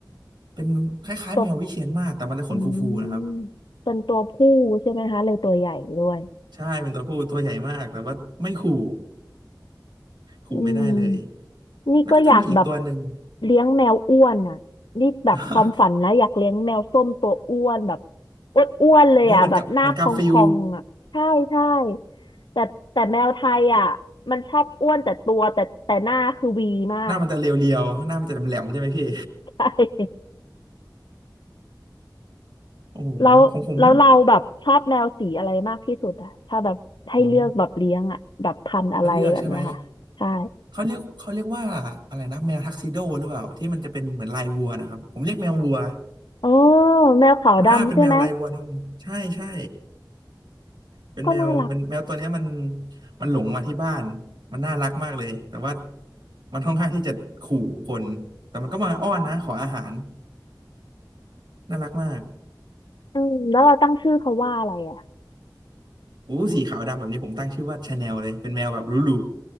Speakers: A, on the right; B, on the left.
A: เป็นคล้ายๆแมววิเชียรมากแต่มันจะขนฟูๆนะครับ
B: ตัวอืมเป็นตัวผู้ใช่ไหมคะเลยตัวใหญ่ด้วย
A: ใช่เป็นตัวผู้ตัวใหญ่มากแต่ว่าไม่ขู่ขู่ไม่ได้เลย
B: อืม นี่ก็อยากแบบ
A: แล้วก็จะมีอีกตัวหนึ่ง
B: เลี้ยงแมวอ้วนอ่ะนี่แบบความฝันนะอยากเลี้ยงแมวส้มตัวอ้วนแบบ
A: <laughs>
B: อ้วนอ้วนเลยอ่ะแบบหน้าพองๆอ่ะใช่ใช่
A: โอ้เหมือนกับเหมือนกาฟิลด์
B: แต่แต่แมวไทยอ่ะมันชอบอ้วนแต่ตัวแต่แต่หน้าคือวีมาก
A: หน้ามันจะเรียวๆหน้ามันจะแหลมๆใช่ไหมพี่
B: ใช่
A: โอ้โหของผม
B: แล้วแล้วเราแบบชอบแมวสีอะไรมากที่สุดอ่ะถ้าแบบให้เลือกแบบเลี้ยงอ่ะแบบพันธุ์อะไรแบบเนี้ยค่ะใช่
A: โอ้ เขาเลือกใช่ไหมเขาเรียกเขาเรียกว่าอะไรนะแมวทักซิโดหรือเปล่าที่มันจะเป็นเหมือนลายวัวนะครับผมเรียกแมววัว
B: โอ้แมวขาวดำใช่ไหม
A: อ่าเป็นแมวลายวัวนมใช่ใช่เป็นแมวเป็นแมวตัวเนี้ยมัน
B: ก็น่ารัก
A: มันหลงมาที่บ้านมันน่ารักมากเลยแต่ว่ามันค่อนข้างที่จะขู่คนแต่มันก็มาอ้อนนะขออาหารน่ารักมาก
B: อืมแล้วเราตั้งชื่อเขาว่าอะไรอ่ะ
A: อู้สีขาวดำแบบนี้ผมตั้งชื่อว่าชาแนลเลยเป็นแมวแบบหรู